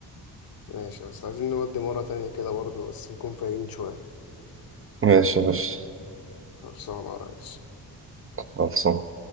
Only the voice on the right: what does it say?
ماشي يا باشا
خلصان